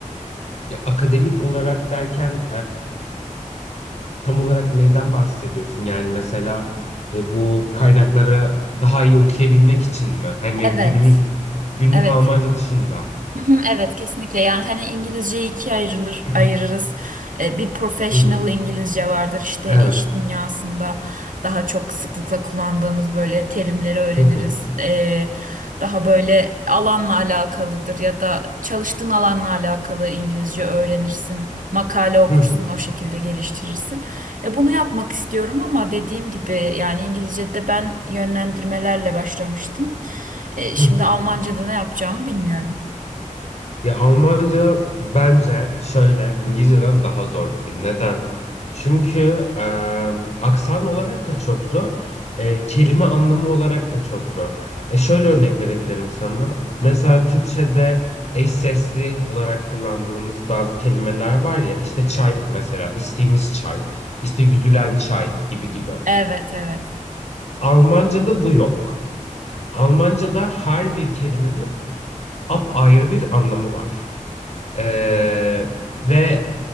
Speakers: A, on the left (about 55°); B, on the right (about 80°).
A: Ya, akademik olarak derken tam olarak neyden bahsediyorsun? Yani mesela e, bu kaynakları daha iyi okuyabilmek için mi? Hani
B: Evet,
A: günümüz günlük
B: evet.
A: Almanca dışında.
B: Hı hı, Evet kesinlikle yani hani İngilizceyi ikiye ayrılır,
A: <clears throat>
B: ayırırız. Ee, Bir professional
A: Hı hı.
B: İngilizce vardır işte
A: Evet.
B: iş dünyasında daha çok sıklıkla kullandığımız böyle terimleri öğreniriz.
A: Hı hı.
B: Ee, daha böyle alanla alakalıdır ya da çalıştığın alanla alakalı İngilizce öğrenirsin. Makale okursun
A: Hı hı.
B: o şekilde geliştirirsin. Ya bunu yapmak istiyorum ama dediğim gibi yani İngilizce'de ben yönlendirmelerle başlamıştım. Ee, Şimdi
A: Hı hı.
B: Almanca'da ne yapacağımı bilmiyorum.
A: Ya Almanca bence şöyle İngilizceden daha zor bir dil. Neden? Çünkü e, aksan olarak da çok zor, e, kelime anlamı olarak da çok zor. E, şöyle örnek verebilirim sana. Mesela Türkçe'de eş sesli olarak kullandığımız bazı kelimeler var ya, işte çay mesela, içtiğimiz çay, işte yüzülen çay gibi gibi.
B: Evet evet.
A: Almanca'da bu yok. Almanca'da her bir kelimenin apayrı bir anlamı var. Ee, ve